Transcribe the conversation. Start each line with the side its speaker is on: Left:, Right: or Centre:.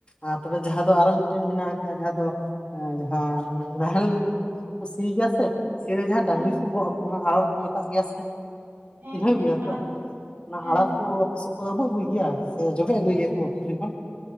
Left: ᱟᱨ ᱛᱚᱵᱮ ᱡᱟᱦᱟᱸ ᱫᱚ ᱟᱨ ᱢᱤᱫ ᱴᱮᱱ ᱢᱮᱱᱟᱜ ᱟᱠᱟᱜ ᱡᱟᱦᱟᱸ ᱫᱚ ᱮ ᱡᱟᱦᱟᱸ ᱱᱟᱦᱮᱞ ᱠᱚ ᱥᱤ ᱜᱮᱭᱟ ᱥᱮ ᱥᱤ ᱨᱮ ᱡᱟᱦᱟᱸ ᱰᱟᱝᱨᱤ
Right: ᱦᱮᱸ
Left: ᱠᱚ ᱜᱚᱜ ᱟᱠᱚ ᱚᱱᱟ ᱦᱟᱲᱟᱨ ᱠᱚ ᱢᱮᱛᱟᱜ ᱜᱮᱭᱟ ᱥᱮ?
Right: ᱦᱮᱸ
Left: ᱪᱤᱱᱦᱟᱹᱣ
Right: ᱦᱮᱸ
Left: ᱜᱮᱭᱟ
Right: ᱟᱲᱟᱜ
Left: ᱛᱚ, ᱚᱱᱟ
Right: ᱦᱮᱸ
Left: ᱦᱟᱲᱟᱨ
Right: ᱦᱮᱸ
Left: ᱠᱚ ᱟᱯᱮᱥᱮᱜ ᱠᱚ ᱟᱹᱵᱩ ᱟᱹᱜᱩᱭ ᱜᱮᱭᱟ ᱥᱮ ᱡᱚᱵᱮ ᱟᱹᱜᱩᱭᱟ ᱠᱚ ᱯᱠᱷᱨᱤ ᱠᱷᱚᱱ?